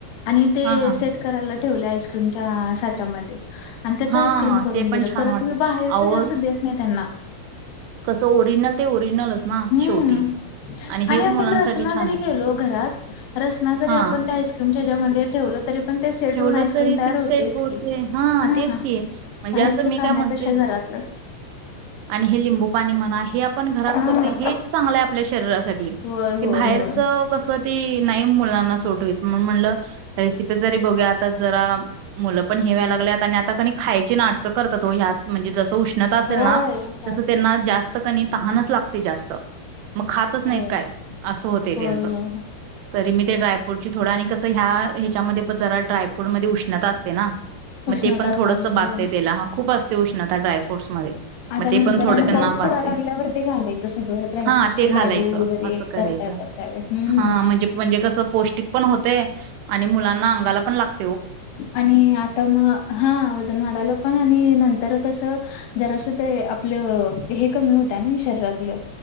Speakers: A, on the left; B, on the right.
A: आणि ते
B: हा
A: सेट करायला ठेवल्या आईस्क्रीमच्या साच्यामध्ये आणि त्या
B: हा
A: विक्रम
B: हा
A: करून
B: ते पण
A: दिलं
B: छान
A: परत
B: वाटते
A: मी बाहेरच
B: अहो
A: जास्त देत नाही त्यांना
B: कसं ओरिजिनल ते ओरिजिनलच ना
A: हम्म
B: शेवटी हेच
A: आणि आपण
B: मुलांसाठी
A: रसना
B: छान
A: जरी
B: आहे
A: गलो घरात रसना जरी
B: हा
A: आपण त्या आईक्रीम च्या मंदर तेेवत तरी पण ते सेटून
B: ठेवलं
A: आईस्क्रीम
B: तरी
A: तयार
B: ते
A: होतेच
B: सेट होते.
A: की
B: हां,
A: हा
B: तेच की. म्हणजे
A: बाहेरच
B: असं मी
A: खाण्यापेक्षा
B: काय म्हणते
A: घरातलं.
B: आणि हे लिंबू पाणी म्हणा हे आपण घरात
A: हा.
B: करत हे चांगलं आहे आपल्या च
A: होय होय
B: बा
A: होय.
B: क नाही मुलाना सो म्ह बघ ज मु पण लागत आ खायची नाटकं करतातत म्हणजे ज
A: होय मग काय
B: तस
A: तर.
B: त्यांना जास्त तच ला ते जास्त मग खातच नाहीत
A: होय
B: काय, असं होतय
A: होय
B: त्यांचं
A: होय
B: तरी मी ते ड्रायप्रूट थोडं आणि कसं ह्या ह्याच्यामध्ये जरा ड्रायफ्रूट मध्ये उष्णत असते ना मग
A: उष्णताचा
B: ते पण थोडसं
A: होय
B: बधतेय
A: होय.
B: त्याला हा खूप असते उष्णता ड्रायफ्रूट्स मध्ये
A: आता
B: मग ते
A: नंतर
B: पण थोडं
A: आणि
B: त्यांना
A: पाऊस
B: बधतेय
A: पडायला लागल्यावर ते घालायचं सगळं ड्रायफ्रूटचे
B: हा ते घालायचं
A: लाडू वगैरे
B: असं करायचं
A: करता येतात त्यावेळी. हम्म
B: हा म्हणजे म्हणजे कसं पौष्टिक पण होतय आणि मुलांना अंग अंगाला पण लाग
A: आणि आता म हा वजन वाढाला पण आणि नंतर कस जरा ते आपलं हे कमी होतं, ना शरीरातलं